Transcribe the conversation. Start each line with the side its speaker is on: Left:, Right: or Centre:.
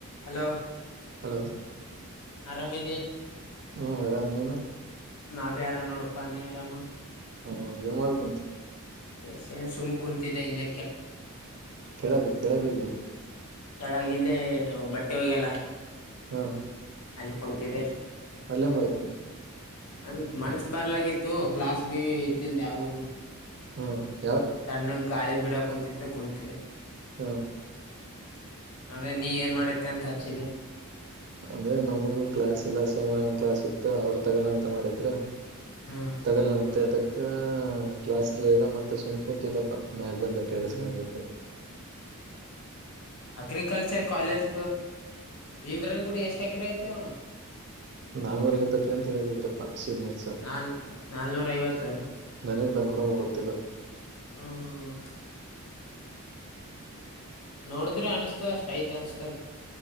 Left: ಹಲೋ
Right: ಹಲೋ
Left: ಆರಾಮದ
Right: ಹ್ಮ್ ಆರಾಮ ನೀಿನ
Left: ನಾವ್ದ ಯಾರ ನೋಡಪ್ಪಾ ನೀ ಆರಾಮ
Right: ಹಾ ಏನ್ ಮಾಡ್ಕ್ಂಂತು
Left: ಸೇನ್ ಸುಮ್ ಕುಂತಿದೆ ಇಲ್ಲ
Right: ಕೆಳಗೆ ಕೆಳಗೆ ಇದ
Left: ಕೆಳಾಗಿಲ್ಲೇ ಇದು ಬಟ್ಟೆ ಹೋಗ್ಯಲ್ಲ
Right: ಹ್ಮ
Left: ಅಲ್ಕೊಂತಿದ್ದೆ
Right: ಅಲ್ಲೇ ಮಾಡತ್ನಿ
Left: ಹ ಮನ್ಸ ಬರ್ಲಾಗಿತ್ತು ಕ್ಲಾಸ್ ಬಿ ಇದ್ದಿಲ್ದ್ಯಾವು
Right: ಹ್ಮ
Left: ತಣ್ಣ ಗಾಳಿ ಬಿಡ ಕುಂತ ತಗೊಂತೀವಿ
Right: ಹಾ
Left: ಅದೇ ನೀ ಏನ್ ಮಾಡತ್ತೆ ಅಂತ ಹಚ್ಚಿದೆೆ
Right: ಅಂದ್ರೆ ನಮಗೂ ಕ್ಲಾಸ್ ಇಲ್ಲ ಸೋಮ ಕ್ಲಾಸ್ ಇತ್ತು ಅವ್ರ ತಗೋಲ್ಲ ಅಂತ ಮಾಡಿದ್ರ
Left: ಹ್ಮ್
Right: ತಗಲಂತೆ ಅದಕ್ಕೆ ಕ್ಲಾಸ್ಲ್ಲಲ್ಲ ಮತ್ತೆ ಸುಂಪು ಕುಂತಿದಪ್ಪ ಮ್ಯಾಾಗ ಬಂದ ಟೇರಸ್
Left: ಹ್ಮ್
Right: ಮ್ಯಾಗ ಬಂದು
Left: ಅಗ್ರಿಕಲ್ಚರ್ ಕಾಲೇಜ್ ಭೀಮ್ರನ್ ಗೂಡಿ ಎಷ್ಟು ಎಕರೆ ಆಯ್ತು
Right: ನಾನ್ ಹೊರಗತಕ್ರಿ ಅಂತ ಹೇಳಿದಿದ್ರಪ್ಪ ಸೀನಿಯರ್ಸ್
Left: ನಾಲ್ ನಾಲ್ನೂರ ಐವತ್ತು
Right: ನನಗ ಬಂದ್ ಕೂಮ ಗೊತ್ತಿಲ್ಲ
Left: ಹ್ಮ ಹ್ಮ ನೋಡಿದ್ರೆ ಅನ್ಸ್ತವ ಅಷ್ಟ ಯ್ತ್ ಅನ್ಸ್ತದ